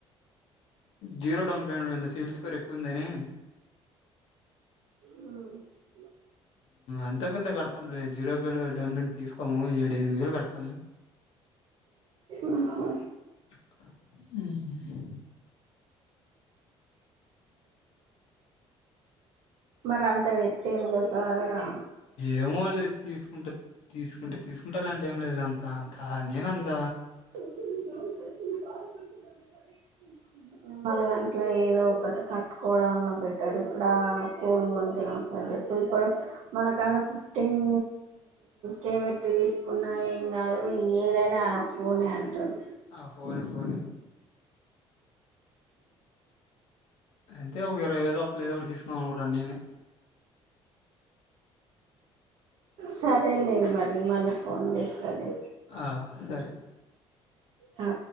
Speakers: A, on the left; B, on the right.
A: జీరో డౌన్ పేమెంట్ ఏంది సేల్స్కోర్ ఎక్కువందని
B: ఆహా
A: అంత కొంత కడతాంలే జీరో డెవట్ తీసుకోము ఏడు ఎనిమిది వేలు కడతాము
B: ఉహు.
A: తం ఉహ్మ్మ్
B: మరి అంత పెట్టేందుకు రా
A: ఏమో వాళ్లే తీసుకుంటా తీసుకుంటే తీసుకుంట హోటల్ లో అంటే ఏంలేదు లే అంత అంత నేనంద
B: జతు త మలు గంటల <unintelligible> ఏదో ఒకటి కట్టుకోవడం అన్న బెటర్ ఇప్పుడు ఆ ఫోన్ కొంటే <unintelligible> చెప్పారు ఇప్పుడు మనకాడ ఫిఫ్టీన్ కే బెట్టి తీసుకున్నా ఏం కా ఏదైనా ఓనే అంటారు
A: ఆ ఫోను ఫోను అంతే ఒక ఇరవై వేలు లోపు ఏదో ఒకటి తీసుకుందాం అనుకుంటాన నేనే
B: సరేలే మరి మళ్ళీ ఫోన్ చేస్తాలే
A: ఆ సరే
B: ఆ